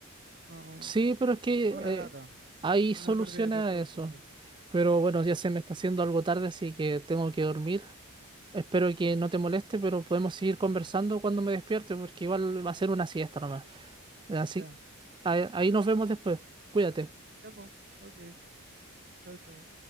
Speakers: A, on the right; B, on the right.
A: no,
B: Sí, pero es que
A: es una
B: eh,
A: lata,
B: hay solución
A: una pérdida de tiempo
B: a
A: absoluta.
B: eso. Pero bueno, ya se me está haciendo algo tarde, así que tengo que dormir. Espero que no te moleste, pero podemos seguir conversando cuando me despierte, porque igual va a ser una siesta nomás. Así,
A: Ya,
B: ahí ahí nos vemos después. Cuídate.
A: ya, po, ok, chao, chao.